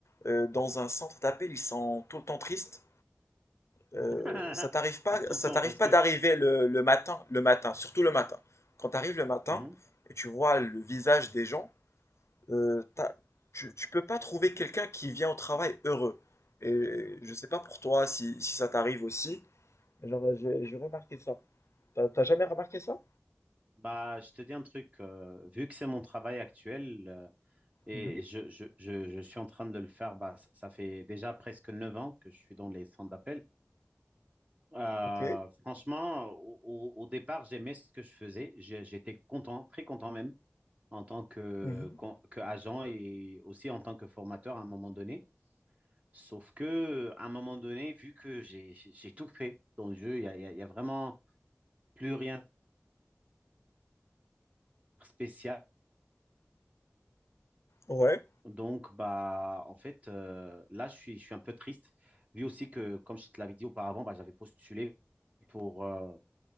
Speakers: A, on the left; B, on the right.
A: euh, dans un centre d'appel, ils sont tout le temps tristes? Euh,
B: euh,
A: ça t'arrive
B: <laughs>
A: pas,
B: attention,
A: ça t'arrive
B: parce
A: pas
B: que,
A: d'arriver le, le matin, le matin, surtout le matin. Quand t'arrives le matin
B: Mhm.
A: et tu vois le visage des gens, euh, t'as- tu, tu peux pas trouver quelqu'un qui vient au travail heureux. Et je sais pas pour toi si, si ça t'arrive aussi. Mais Genre, euh, j'ai j'ai remarqué ça. T'as t'as jamais remarqué ça?
B: bah, je te dis un truc, euh, vu que c'est mon travail actuel, euh, Et
A: Mhm.
B: je, je, je, je suis en train de le faire. Bah, ça ça fait déjà presque neuf ans que je suis dans les centres d'appel. Euh,
A: Ok.
B: franchement, au, au- au départ, j'aimais ce que je faisais. J'ai- J'étais content, très content même, en tant que,
A: Mhm.
B: qu'en- que agent et aussi en tant que formateur à un moment donné. Sauf que, à un moment donné, vu que j'ai j'ai- j'ai tout fait dans le jeu, il y a, il y a- il y a vraiment plus rien de spécial.
A: Ouais.
B: Donc, bah, en fait, euh, là, je suis, je suis un peu triste, vu aussi que, comme je te l'avais dit auparavant, bah, j'avais postulé pour, euh,